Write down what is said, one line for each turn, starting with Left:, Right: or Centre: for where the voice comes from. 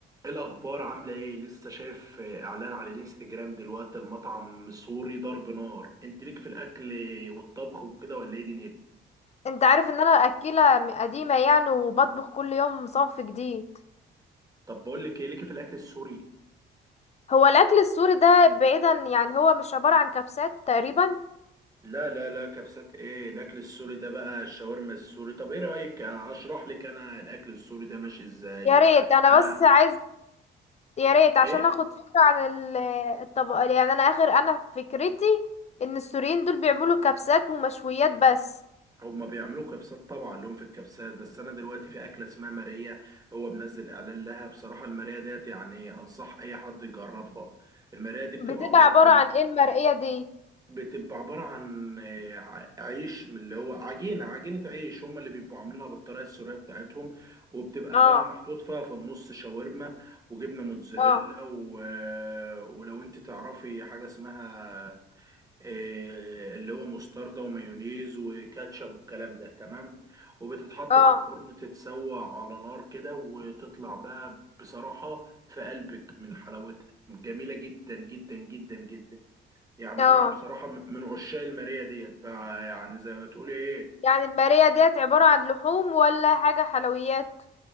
Right: إيه الأخبار عاملة إيه؟ لسه شايف إعلان على الإنستجرام دلوقتي المطعم السوري ضرب نار، أنت ليك في الأكل والطبخ وكده ولا إيه دنيتي؟
Left: انت عارف ان انا اكلة م- قديمة يعني وبطبخ كل يوم صنف جديد
Right: طب بقول لك إيه ليك في الأكل السوري؟
Left: هو الاكل السوري ده بعيدا يعني هو مش عبارة عن كبسات تقريبا
Right: لا لا لا كبسات إيه؟ الأكل السوري ده بقى الشاورما السوري، طب إيه رأيك أشرح لك أنا الأكل السوري ده ماشي إزاي؟
Left: يا
Right: و-
Left: ريت انا
Right: أنا
Left: بس عايز يا ريت عشان
Right: إيه؟
Left: اخد فكرة عن ال- الطبق يعني انا اخر انا فكرتي ان السوريين دول بيعملوا كبسات ومشويات بس
Right: هما بيعملوا كبسات طبعا لهم في الكبسات بس انا دلوقتي في اكله اسمها ماريا هو منزل اعلان لها بصراحه الماريا ديت يعني انصح اي حد يجربها المراية دي بتبقى
Left: بتبقى
Right: عبارة
Left: عبارة
Right: عن
Left: عن ايه المرقية دي
Right: بتبقى عبارة عن آه، ع- عيش من اللي هو عجينة عجينة عيش هم اللي بيبقوا عاملينها بالطريقة السورية بتاعتهم وبتبقى
Left: اه
Right: بقى محطوط فيها في النص شاورما وجبنة موتزاريلا
Left: اه
Right: و... آه، ولو انت تعرفي حاجة اسمها آه، اللي هو مستردة ومايونيز وكاتشب والكلام ده تمام وبتتحط
Left: اه
Right: في الفرن تتسوى على نار كده وتطلع بقى بصراحة في قلبك من حلاوتها جميلة جدا جدا جدا جدا يعني
Left: اه
Right: انا بصراحه م- من عشاق الماريه ديت بقى يعني زي ما تقولي ايه
Left: يعني المرقية ديت عبارة عن لحوم ولا حاجة حلويات